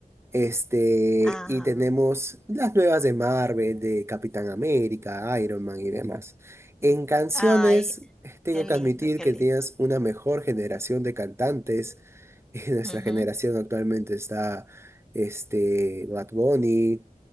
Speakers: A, on the right (about 15°); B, in the centre.
A: Este,
B: Ah,
A: y tenemos las nuevas de Marvel, de Capitán América, Iron Man y demás. En canciones,
B: ay,
A: tengo
B: qué lindo,
A: que admitir
B: qué
A: que
B: lindo.
A: tienes una mejor generación de cantantes. <laughs> nuestra
B: Ujú.
A: generación actualmente está este, Bad Bunny,